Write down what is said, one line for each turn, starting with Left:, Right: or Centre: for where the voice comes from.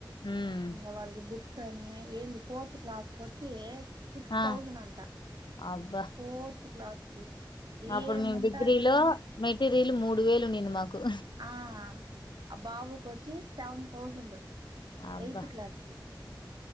Left: ఉమ్
Right: ఇంకా వాళ్ళకి బుక్స్ <inaudible> ఫోర్త్ క్లాస్కి వచ్చి సిక్స్
Left: ఆ
Right: థౌజండ్ అంట
Left: అబ్బా
Right: ఫోర్త్ క్లాస్కి
Left: అప్పుడు
Right: ఏముంటాది
Left: మేము డిగ్రీలో
Right: చెప్పండి
Left: మెటీరియల్ మూడు వేలు ఉన్నింది మాకు
Right: ఆ ఆ బాబుకు వచ్చి సెవెన్ థౌజండ్
Left: అబ్బా
Right: ఎయిత్ క్లాస్ కి